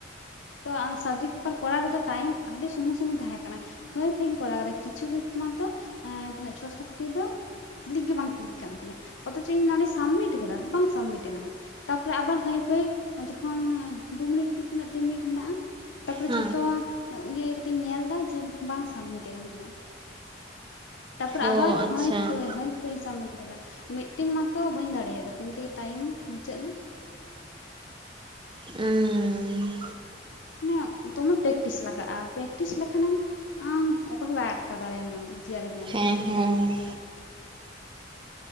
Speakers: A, on the left; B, on the right.
A: ᱛᱚ ᱥᱟᱵᱡᱮᱠᱴ ᱯᱮᱯᱟᱨ ᱠᱚᱨᱟᱣ ᱨᱮᱫᱚ ᱴᱟᱭᱤᱢ ᱟᱹᱰᱤ ᱥᱩᱢᱩᱝ ᱥᱩᱢᱩᱝ ᱛᱟᱦᱮᱸ ᱠᱟᱱᱟ ᱦᱟᱹᱭ ᱯᱷᱟᱹᱭᱤᱧ ᱠᱚᱨᱟᱣ ᱠᱮᱫᱟ ᱠᱤᱪᱷᱩ ᱢᱟᱛᱚ ᱛᱤᱱᱟᱹᱜ ᱪᱷᱚ ᱥᱟᱛᱴᱤ ᱫᱚ ᱠᱞᱤᱠ ᱜᱮ ᱵᱟᱝ ᱠᱞᱤᱠ ᱠᱟᱱ ᱛᱤᱧᱟ ᱚᱛᱷᱪᱚ ᱤᱧ ᱱᱚᱰᱮᱧ ᱥᱟᱵᱢᱤᱴ ᱠᱟᱫᱟ ᱵᱟᱝ ᱥᱟᱵᱢᱤᱴ ᱠᱟᱱᱟ ᱛᱟᱨᱯᱚᱨᱮ ᱟᱵᱟᱨ ᱦᱟᱹᱭ ᱯᱷᱟᱹᱭ ᱚᱠᱷᱚᱱ ᱫᱩ ᱢᱤᱱᱤᱴ ᱠᱤ ᱛᱤᱱᱟᱹᱜ ᱛᱤᱱ ᱢᱤᱱᱤᱴ ᱢᱮᱱᱟᱜᱼᱟ ᱛᱟᱨᱯᱚᱨᱮ
B: ᱦᱮᱸ
A: ᱡᱷᱚᱛᱚ ᱤᱭᱟᱹ ᱠᱟᱛᱮᱧ ᱧᱮᱞᱫᱟ ᱡᱮ ᱵᱟᱝ ᱥᱟᱵᱢᱤᱴ ᱠᱟᱱ ᱛᱤᱧᱟ ᱛᱟᱯᱚᱨ
B: ᱚ
A: ᱟᱵᱟᱨ
B: ᱟᱪᱪᱷᱟ
A: ᱦᱟᱺᱭ ᱯᱷᱟᱹᱭ ᱦᱟᱺᱭ ᱯᱷᱟᱹᱭ ᱥᱟᱵᱢᱤᱴ ᱠᱟᱫᱟ ᱢᱤᱫᱴᱮᱱ ᱢᱟᱛᱚ ᱵᱟᱹᱧ ᱫᱟᱲᱮᱭᱟᱫᱟ ᱛᱮᱜᱮ ᱴᱟᱭᱤᱢ ᱢᱩᱪᱟᱹᱫ ᱮᱱᱟ <inaudible>
B: ᱩᱸ
A: ᱢᱟᱱᱮ ᱫᱚᱢᱮᱢ ᱯᱨᱮᱠᱴᱤᱥ ᱞᱟᱜᱟᱜᱼᱟ ᱯᱨᱮᱠᱴᱤᱥ ᱞᱮᱠᱷᱟᱱᱮᱢ ᱟᱢ ᱚᱠᱚᱭ ᱦᱚᱸ ᱵᱟᱭ ᱟᱴᱠᱟ ᱫᱟᱲᱮᱭᱟᱢᱟ ᱡᱮᱟᱨᱮᱢ ᱧᱟᱢᱫᱟ
B: ᱦᱮᱸ ᱦᱮᱸ